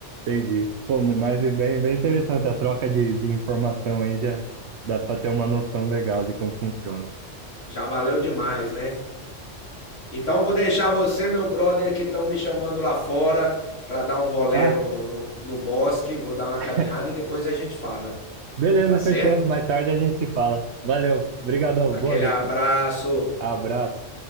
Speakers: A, on the right (about 70°); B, on the left (about 85°).
A: Entendi. Pô, mas é bem, bem interessante a troca de, de informação aí, já dá para ter uma noção legal de como funciona.
B: Já valeu demais, né? Então eu vou deixar você, meu brother, que estão me chamando lá fora para dar um rolê
A: Ah,
B: no, no, no bosque, vou dar uma
A: <laughs>
B: caminhada e depois a gente fala,
A: beleza,
B: tá certo?
A: fechou. Mais tarde a gente se fala. Valeu. Obrigadão.
B: Aquele
A: Boa, Victor.
B: abraço.
A: Abraço.